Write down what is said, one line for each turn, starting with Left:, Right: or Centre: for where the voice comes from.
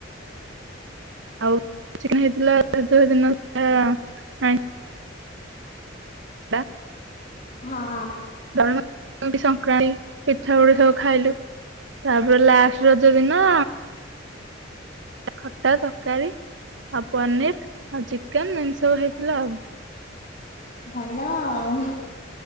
Right: ଆଉ ଚିଲି ହେଇଥିଲା <unintelligible> ଦିନ <unintelligible> ବା।
Left: ହଁ।
Right: <inaudible> ସଂକ୍ରାନ୍ତି ପିଠା ପୁଡି ସବୁ ଖାଇଲୁ। ତାପରେ ଲାଷ୍ଟ ରଜ ଦିନ ଆ ଖଟା ତରକାରୀ, ଆଉ ପନିର ଆଉ ଚିକେନ ଏମିତି ସବୁ ହେଇଥିଲା ଆଉ।
Left: ଭଲ ଆଉ।